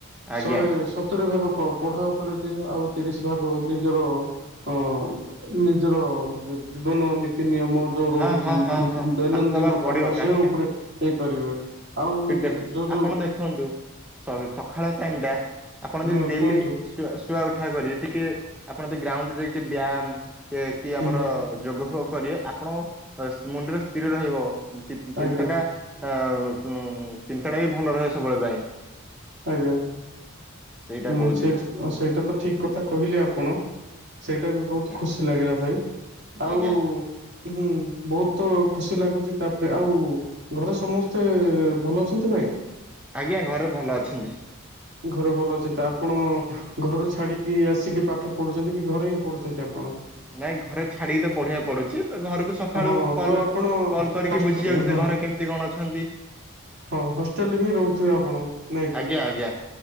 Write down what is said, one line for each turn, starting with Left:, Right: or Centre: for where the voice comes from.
Centre: ଆଜ୍ଞା।
Right: ଶହେ ସ ସତୁରି ଭାଗ ପ-ପଢ଼ା ଉପରେ ଦିଅ ଆଉ ତିରିଶ ଭାଗ ନିଜର ଅ ନିଜର ଜୀବନ ନୀତି ନିୟମ ଯୋଉ
Centre: ହଁ
Right: ରହୁଛି
Centre: ହଁ
Right: <unintelligible>
Centre: ହଁ ହଁ
Right: ଦୈନନ୍ଦିନ
Centre: ତାକୁ ଦବାକୁ ପଡିବ
Right: କାମ
Centre: କାହିଁକି
Right: ସେ ଉପରେ
Centre: ନା
Right: ଇ କରିବେ ଆଉ
Centre: ସେଠି
Right: ଯ
Centre: ଦେଖ
Right: ଯଉ
Centre: ଆପଣ ଦେଖନ୍ତୁ ସ-ସକାଳ ଟାଇମ ଟା ଆପଣ ଯଦି
Right: ହଁ
Centre: ଡେଲି
Right: କୁହନ୍ତୁ
Centre: ଶୁଆ ଶୁଆଉଠା କରି ଟିକେ ଆପଣ ଗ୍ରାଉଣ୍ଡ ରେ ଯାଇକି ଟିକେ ବ୍ୟାମ ସେ କି
Right: ହୁଁ
Centre: ଆମର ଯୋଗଫୋଗ କରିବେ ଆପଣ ମୁଣ୍ଡରେ ସ୍ଥିର ରହିବ। ଚି-ଚିନ୍ତାଟା
Right: ଆଜ୍ଞା
Centre: ଆଃ ଚିନ୍ତାଟା ବି ଭଲ ରହେ ସବୁବେଳେ ପାଇଁ।
Right: ଆଜ୍ଞା
Centre: ସେଇଟା
Right: ହଁ
Centre: କହୁଛି
Right: ସେ ସେଇଟା ତ ଠିକ କଥା କହିଲେ ଆପଣ। ସେଇଟା ବି ବହୁତ
Centre: ଆଜ୍ଞା
Right: ଖୁସି ଲାଗିଲା ଭାଇ ଆଉ
Centre: ଆଜ୍ଞା
Right: ହୁଁ ବହୁତ ଖୁସି ଲାଗୁଛି ତାପରେ ଆଉ ଘରେ ସମସ୍ତେ ଭଲ ଅଛନ୍ତି ଭାଇ?
Centre: ଆଜ୍ଞା ଘରେ ଭଲ ଅଛନ୍ତି।
Right: ଘରେ ଭଲ ଅଛି, ତ ଆପଣ ଘରୁ ଛାଡିକି ଆସିକି ପାଠ ପଢୁଛନ୍ତି କି ଘରେ ହିଁ ପଢୁଛନ୍ତି ଆପଣ?
Centre: ନାଇଁ ଘରେ ଛାଡିକି ତ ପଢିବା ପଡୁଛି ତ ଘରକୁ ସକାଳୁ
Right: ହଁ
Centre: କଲ
Right: ତ ଆପଣ
Centre: କଲ କରିକି
Right: ହସ
Centre: ବୁଝି ଯାଉଛି
Right: ହଁ
Centre: ଯେ ଘରେ କେମିତି କଣ ଅଛନ୍ତି।
Right: ହଁ ହଷ୍ଟେଲରେ ହିଁ ରହୁଥିବେ ଆପଣ ନାଇଁକି।
Centre: ଆଜ୍ଞା ଆଜ୍ଞା।